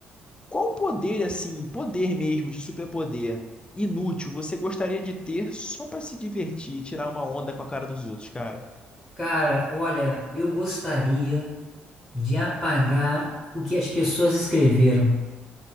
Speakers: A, on the left; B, in the centre.
A: Qual poder, assim, poder mesmo, de superpoder, inútil, você gostaria de ter só pra se divertir e tirar uma onda com a cara dos outros, cara?
B: Cara, olha, eu gostaria de apagar o que as pessoas escreveram.